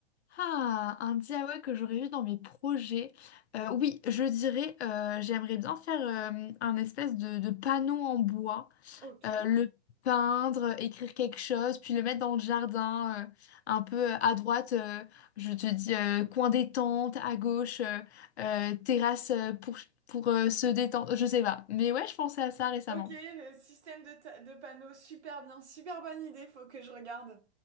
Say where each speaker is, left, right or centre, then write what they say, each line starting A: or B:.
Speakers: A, on the left (about 75°); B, on the right (about 80°).
A: Ah, un DIY que j'aurais eu dans mes projets. Euh, oui, je dirais, euh, j'aimerais bien faire euh, un espèce de, de panneau en bois.
B: Ok.
A: euh, le peindre, écrire quelque chose, puis le mettre dans le jardin, euh, un peu euh, à droite, euh, je te dis euh, coin détente, à gauche, euh, euh, terrasse euh, pour, pour euh, se détendre, je sais pas. Mais ouais, je pensais à ça récemment.
B: Ok, euh, système de, ta- de panneaux, super bien, super bonne idée, faut que je regarde.